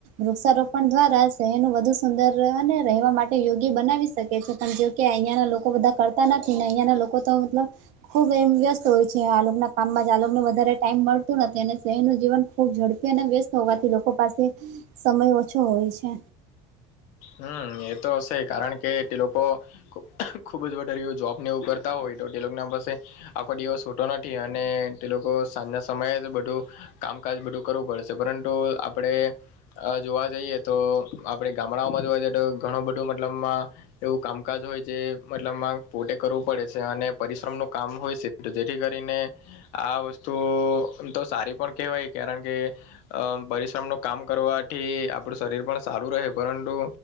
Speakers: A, on the right; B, on the left.
A: વૃક્ષારોપણ દ્વારા શહેરનું વધુ સુંદર, ને રહેવા માટે યોગી બનાવી શકે છે પણ જોકે અહિયાં ના લોકો બધા કરતા નથી ને અહિયાંના લોકો, તો મતલબ, ખૂબ એમ વ્યસ્ત હોય છે આલોકના કામમાં આલોકને વધારે ટાઈમ મળતું નથી અને શહેરનું જીવન, ખુબ ઝડપી અને વ્યસ્ત હોવાથી લોકો પાસે સમય ઓછો હોય છે.
B: હમ એ તો હશે કારણ કે એ લોકો. ખુબ જ વધારે જોબ ને એવું કરતા હોય તો તેલૌક ના પાસે. આખો દિવસ છોટો નથી અને તે લોકો સાંજના સમયે જ બધું. કામકાજ બધું કરવું પડશે પરંતુ આપડે જોવા જઈએ તો આપડે ગામ. હમડાંઓમાં જો હોય છે તો ઘણું બધું મતલબમાં! એવું કામકાજ હોય જે મતલબમાં પોતે કરવું પડે છે અને પરિશ્રમ ન કામ હોય છે. તો આ વસ્તુ તો સારી પણ કેહેવાય કારણ કે. અમ પરિશ્રમ નું કામ કરવાથી આપડું શરીર પણ સારું રહે. પરંતુ